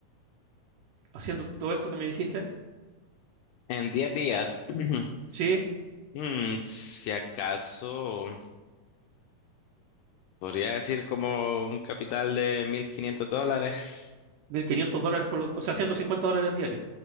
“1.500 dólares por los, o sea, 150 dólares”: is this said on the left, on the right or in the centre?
Right